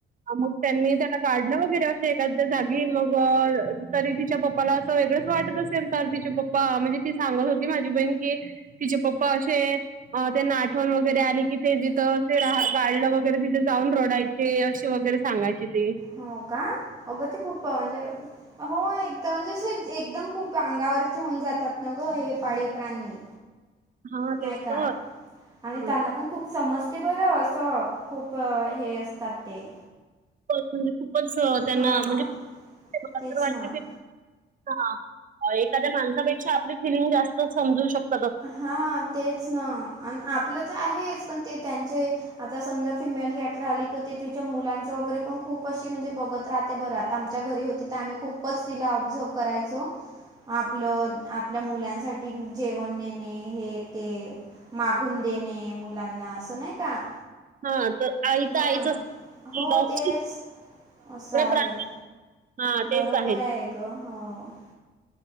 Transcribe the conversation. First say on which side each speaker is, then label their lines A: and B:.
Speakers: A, on the right; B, on the right.
A: मग त्यांनी त्याला काढलं वगैरे असे. एखाद्या जागी मग तरी तिच्या पप्पाला असं वेगळच वाटतं असं. स तिचे पप्पा म्हणजे ती सांगत होती. माझी बहीण की तिचे पप्पा असे. अ ते आठवण वगैरे आली कि ते जिथं रा गाळलं वगैरे तिथे जाऊन रोडायचे अशी वगैरे. सांगायची ती.
B: हो का अगं ते खूप म्हणजे, हो एकदा म्हणजे अस एकदम खूप अंगावरचे होऊन जातात न गं हे पाळीव प्राणी.
A: <inaudible>
B: नाही
A: तेच
B: का
A: तर
B: आणि
A: हां
B: त्यांना पण खूप समज ते बरं असं खूप हे असतात ते.
A: म्हणजे खूपच त्यांना
B: हां
A: म्हणजे मला तर
B: तेच
A: वाटते
B: ना
A: ते. हा एखाद्या माणसापेक्षा आपली फिलिंग जास्त समजू शक
B: हा तेच ना आपलं तर आहेच ते त्यांचे. आता समजा फिमेल कॅट राहिला. तर तिच्या मुलांच वगैरे पण खूप अशी म्हणजे बघत राहते बरं आता. च्या घरी होती. तर आम्ही खूपच तिला ऑब्झर्व करायचो.
A: <inaudible>
B: मग आपलं आपल्या मुलांसाठी जेवण. नेणे हे ते मागून देणे मुलांना असं नाही का.
A: हा तर आई
B: हां.
A: तर आईच असते.
B: हो, तेच. असं आहे.
A: <unintelligible> हा तेच
B: बरोबर
A: आहेत.
B: आहे गं हं.